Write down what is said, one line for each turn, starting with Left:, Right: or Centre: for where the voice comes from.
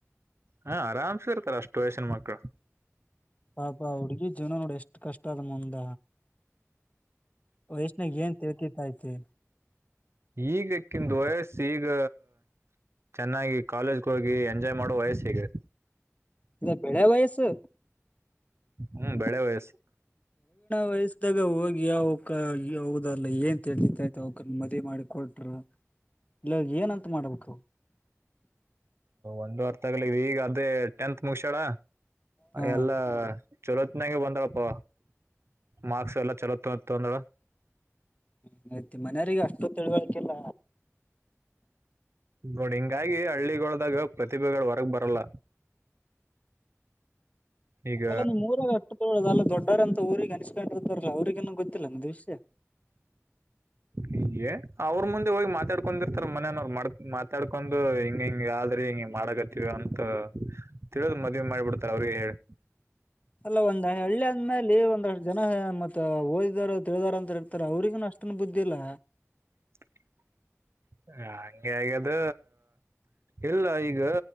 Right: ಹ ಆರಾಮ್ಸ ಇರ್ತಾರ ಅಷ್ಟು ವಯಸಿನ ಮಕ್ಕಳು
Left: ಪಾಪ ಹುಡ್ಗಿ ಜೀವನ ನೋಡಿ ಎಷ್ಟ್ ಕಷ್ಟ ಅದ ಮುಂದ ವಯಷ್ಣಾಗ ಏನ್ ತಿಳ್ತಿರ್ತ ತಿ
Right: ಈಗಕ್ಕಿಂದು ವಯಸ್ಸಿ ಈಗ ಚೆನ್ನಾಗಿ ಕಾಲೇಜ್ಗೆ ಹೋಗಿ ಎಂಜಾಯ್ ಮಾಡುವ ವಯಸ್ಸ ಸಿಗದೆ
Left: ಇ ಬೆಳೆ ವಯಸ್ಸು
Right: ಹ್ಮ್
Left: <unintelligible>
Right: ಬೆಳೆ ವಯಸ್ಸು
Left: ವಯಸ್ತ ಈಗ ಹೋಗಿ ಯಾವಕ್ಕ ಹೋಗದಾರಲ್ಲ ಏನ್ಳ್ತತೈತೆ ಅವಕ ಮದುವವಿ ಮಾಡಿ ಕೊಟ್ರ ಇಲ್ಲ ಏನಂತ ಮಾಡ್ಬೇಕು
Right: ಒಂದು ಅರ್ತಗಳ ಈಗ ಅದೇ ಟೆಂತ್ ಮುಗಿಸಾಳ
Left: ಹಾ
Right: ಎಲ್ಲಾ ಚೊರತ್ತಿನಂಗೆ ಬಂದ್ರಪ್ಪ ಮಾರ್ಕ್ಸ್ ಎಲ್ಲ ಚಲೋ ತ ತಗೊಂಡೋಳೆ
Left: ಹ ಆಯ್ತ್ ಮನೆಯವರಿಗೆ ಅಷ್ಟು ತಿಳ್ವಳಿಕಲ್ಲ
Right: ನೋಡಿ ಹಿಂಗಾಗಿ ಹಳ್ಳಿಗಳೊಳದಾಗ ಪ್ರತಿಭೆಗಳು ಹೊರಗ್ ಬರಲ್ಲ ಈಗ
Left: ಅಲ್ಲ ನಿಮ್ ಊರಾಗ ಅಷ್ಟು ತೋಳೋ ಅಲ್ಲ ದೊಡ್ಡರ ಅಂತ ಊರಿಗೆ ಅನ್ಸಸ್ಕೊಂಡಿರ್ತವಾರ ಅವ್ರಿಗೆ ನ ಗೊತ್ತಿಲ್ಲ ನ ದ ವಿಷ್ಯ
Right: ಹಗೆ ಅವ್ರ ಮುಂದೆ ಹೋಗಿ ಮಾತಾಡ್ಕೊಂಡಿರ್ತಾರ ಮನನವರು ಮಾಡ ಮಾತಾಡ್ಕೊಂಡು ಹಿಂಗ ಹಿಂಗಗೆ ಆದ್ರಿ ಹ ಮಾಡಕತ್ತವ ಅಂತ ತಿಳಿದ್ ಮದ್ವಿ ಮಾಡಿಬಿಡ್ತಾರ ಅವ್ರಿಗೆ ಹೇಳ
Left: ಅಲ್ಲ ಒಂದ ಹಳ್ಳಿ ಆದ್ಮೇಲೆ ಒಂದ್ ಜನ ಮತ್ತ ಓದಿದಾರ ತಿಳಿದಾರ ಅಂತ ಇರ್ತಾರೆ ಅವ್ರಿಗನು ಅಷ್ಟನ್ ಬುದ್ಧಿ ಇಲ್ಲ
Right: <inaudible> ಹಂಗಗೆ ಹಾಗ್ಯದ ಇಲ್ಲ ಈಗ